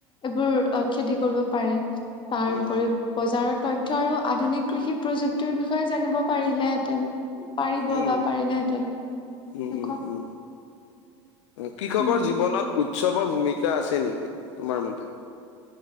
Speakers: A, on the left; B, on the left.
A: এইবোৰ খেতি কৰিব পাৰে তাৰ
B: উম,
A: উপৰি বজাৰৰ তথ্য আৰু আধুনিক কৃষি প্ৰযুক্তিৰ বিষয়ে জানিব পাৰিলেহেঁতেন, পাৰিব
B: উম,
A: বা পাৰিলেহেঁতেন! এনেকুৱা
B: উম উম উম। কৃষকৰ
A: উম
B: জীৱনত উৎসৱৰ ভূমিকা আছে নেকি? তোমাৰ মতে